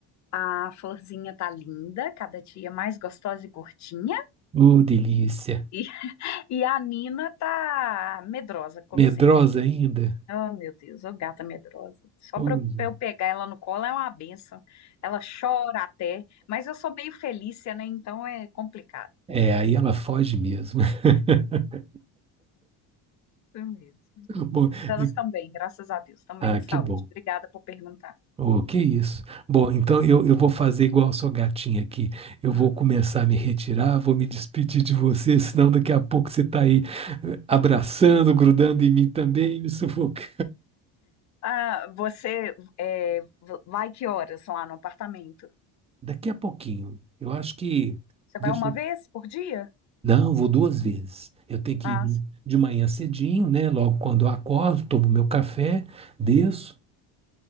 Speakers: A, on the left; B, on the right.
A: A florzinha tá linda, cada dia mais gostosa e gordinha.
B: Ô, delícia.
A: E, <laughs> e a Nina tá medrosa, como
B: Medrosa
A: sempre.
B: ainda?
A: Oh, meu Deus, ô gata medrosa. Só
B: Ui.
A: para eu pegar ela no colo é uma benção. Ela chora até, mas eu sou meio Felícia, né? Então é complicado.
B: É, aí ela foge mesmo. <laughs>
A: Eu mesmo.
B: Bom,
A: Elas
B: e-
A: também, graças a Deus, também
B: ah,
A: de
B: que
A: saúde.
B: bom.
A: Obrigada por perguntar.
B: Oh, que isso. Bom, então eu, eu vou fazer igual a sua gatinha aqui. Eu vou
A: Hum.
B: começar a me retirar, vou me despedir de você, senão daqui a pouco você está aí eh, abraçando, grudando em mim também, me sufoca.
A: Ah, você é, v- vai que horas lá no apartamento?
B: Daqui a pouquinho, eu acho que.
A: Você
B: Deixa
A: vai uma
B: eu...
A: vez por dia?
B: Não, vou duas vezes. Eu tenho que
A: Ah,
B: ir de
A: sim,
B: de manhã cedinho, né? Logo quando eu acordo, tomo meu café, desço.